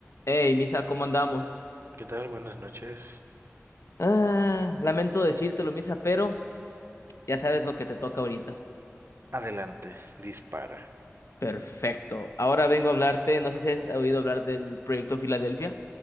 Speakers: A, on the left (about 70°); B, on the right (about 55°).
A: Hey, Misa, ¿cómo andamos?
B: ¿Qué tal? Buenas noches.
A: Ah, lamento decírtelo, Misa, pero ya sabes lo que te toca ahorita.
B: Adelante, dispara.
A: Perfecto. Ahora vengo a hablarte, no sé si has oído hablar del proyecto Filadelfia.